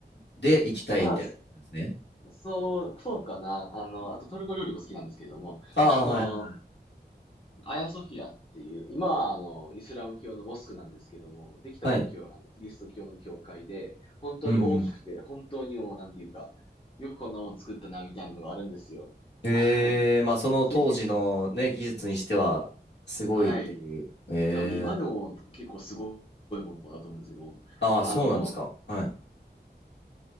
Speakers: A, on the left; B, on the left.
A: で行きたいみたいな感じですね。
B: まあ、そう、そうかな。あの、あとトルコ料理も好きなんですけれども、
A: ああ、
B: あの、
A: はいはい。
B: アヤソフィアっていう、今はあの、イスラム教のモスクなんですけども、できた時はあの、
A: はい。
B: キリスト教の教会で、本当に大きくて、
A: うんうん
B: 本当にもう、なんていうか、よくこんなもん作ったなみたいなのがあるんですよ。
A: ええまあその当時のね、
B: あの、ぜひ、
A: 技術にしてはすごいっていう。
B: はい。
A: ええ
B: え多分今でも結構すごいものだと思うんですけど、
A: ああ、
B: あの、
A: そうなんですか。はい。